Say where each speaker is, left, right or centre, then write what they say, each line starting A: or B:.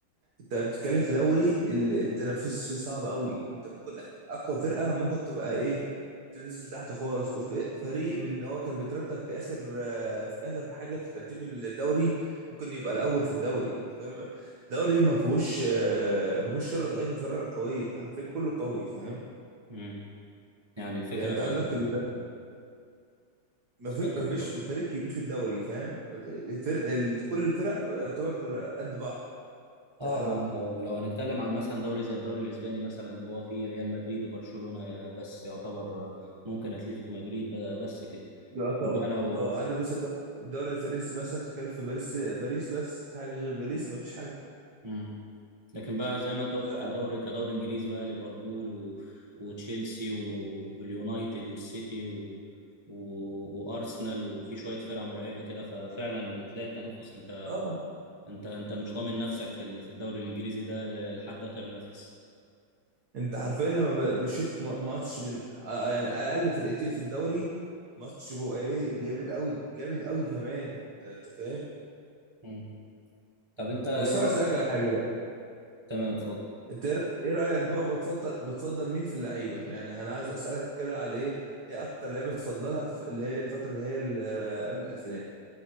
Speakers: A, on the right; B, on the right.
A: انت بتتكلم في دوري ال- التنافس فيه صعب قوي انت ممكن اقوى فرقه ممكن تبقى ايه تنزل تحت خالص وفريق من ان هو كان بيترتب في اخر آه، في اخر حاجه في ترتيب الدوري ممكن يبقى الاول في الدوري انت فاهم دوري ما فيهوش آه، ما فيهوش فرقه ضعيفه فرقه قويه عارفين كله قوي فاهم
B: مم. يعني الفكره
A: يعني انت
B: في
A: عندك
B: ال-
A: ال- ما فيش
B: اتفضل
A: ما فيش
B: اتفضل
A: فريق كبير في الدوري فاهم فرق ال- كل الفرق يعتبر قد بعض
B: اه
A: ده حلاوته
B: يعني لو لو هنتكلم عن مثلا دوري زي الدوري الاسباني مثلا هو في ريال مدريد وبرشلونة بس يعتبر ممكن اتلتيكو مدريد ب- بس كده
A: يعتبر
B: لكن بقى لو
A: اه عندك مثلا الدوري الدوري الفرنسي مثلا بتتكلم في باريس باريس بس في حاجه غير باريس ما فيش حاجه
B: مم. لكن بقى زي ما انت قلت
A: فلا
B: كدوري كدوري انجليزي بقى ليفربول و... وتشيلسي و... واليونايتد والسيتي و... و... وارسنال وفي شوية فرق مرعبة كده ففعلا تلاقي التنافس انت
A: اه
B: انت انت مش ضامن نفسك في ال- في الدوري الانجليزي ده لحد اخر نفس
A: انت حرفيا لما ب- بشوف م- ماتش بين آه، يعني اقل فرقتين في الدوري ماتش بيبقى ايه جامد قوي جامد قوي كمان انت انت فاهم
B: مم. طب انت ايه
A: بس انا
B: رأيك
A: اسالك على حاجه بقى
B: تمام اتفضل
A: انت ايه رأ- إيه رايك بقى وبتفضل بتفضل مين في اللعيبه يعني انا عايز اسالك كده على ايه ايه اكتر لعيبه تفضلها في اللي هي الفتره اللي هي ال- قبل الالفينات